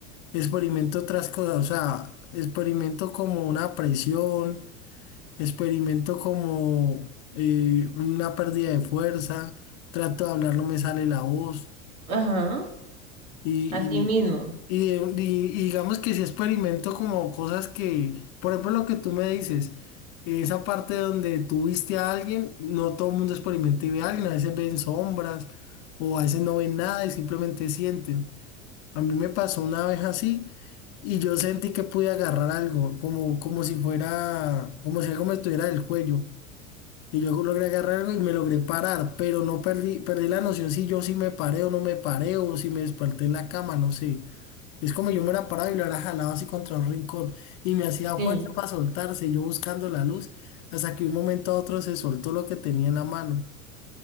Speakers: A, on the left; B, on the right.
A: experimento otras cosas, o sea, experimento como una presión, experimento como eh, una pérdida de fuerza, trato de hablar, no me sale la voz,
B: Ajá,
A: y
B: así mismo.
A: y, de y- y digamos que si experimento como cosas que, por ejemplo, lo que tú me dices, esa parte donde tú viste a alguien, no todo el mundo experimenta y ve a alguien, a veces ven sombras o a veces no ven nada y simplemente sienten. A mí me pasó una vez así y yo sentí que pude agarrar algo, como, como si fuera, como si algo me estuviera del cuello. Y yo logré agarrar algo y me logré parar, pero no perdí, perdí la noción si yo sí me paré o no me paré o si me desperté en la cama, no sé. Es como yo me hubiera parado y lo hubiera jalado así contra un rincón y me hacía fuerza
B: Sí.
A: para soltarse, y yo buscando la luz, hasta que de un momento a otro se soltó lo que tenía en la mano.